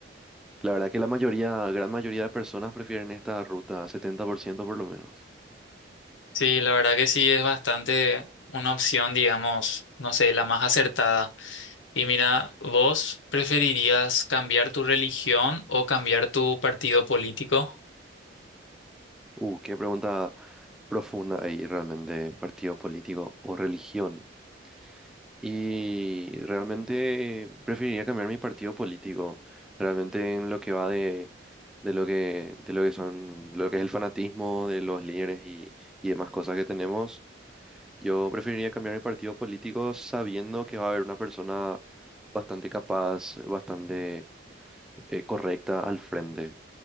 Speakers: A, in the centre; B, on the left.
A: la verdad que la mayoría, gran mayoría de personas prefieren esta ruta, 70% por ciento por lo menos.
B: Sí, la verdad que sí es bastante una opción, digamos, no sé, la más acertada. Y mira, ¿vos preferirías cambiar tu religión o cambiar tu partido político?
A: Uh, qué pregunta profunda ahí realmente, partido político o religión. Y realmente preferiría cambiar mi partido político, realmente en lo que va de, de lo que, de lo que son, lo que es el fanatismo de los líderes y, y demás cosas que tenemos. Yo preferiría cambiar mi partido político sabiendo que va a haber una persona bastante capaz, bastante eh, correcta al frente.